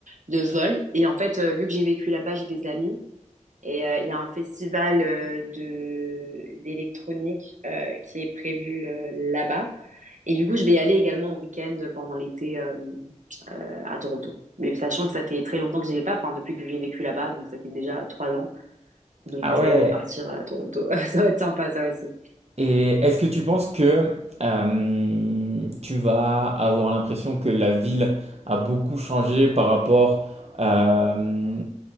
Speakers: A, on the right; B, on the right.
A: de vol. Et en fait, euh, vu que j'ai vécu là-bas, j'ai des amis. Et euh, il y a un festival euh, de d'électronique euh, qui est prévu euh, là-bas. Et du coup, je vais y aller également en week-end pendant l'été euh, euh, à Toronto. Mais sachant que ça fait très longtemps que j'y vais pas, enfin depuis que j'ai vécu là-bas, donc ça fait déjà trois ans. Donc
B: Ah
A: je
B: ouais,
A: vais repartir à Toronto. <laughs> Ça va être sympa, ça aussi.
B: Et est-ce que tu penses que euh, tu vas avoir l'impression que la ville a beaucoup changé par rapport, euh,